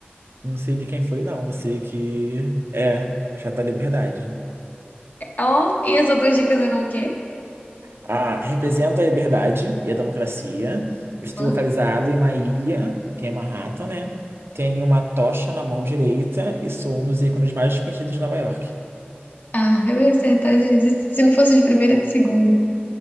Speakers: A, on the right (about 80°); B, on the left (about 45°).
A: Não sei de quem foi, não. Eu sei que é Chata Liberdade.
B: Ó, e as outras dicas eram o quê?
A: Ah, representa a liberdade e a democracia. Estou
B: Hum?
A: localizado em uma ilha, que é Manhattan, né? Tenho uma tocha na mão direita e sou um dos ícones mais conhecidos de Nova York.
B: Ah, eu ia acertar de, de- se não fosse de primeira, de segunda.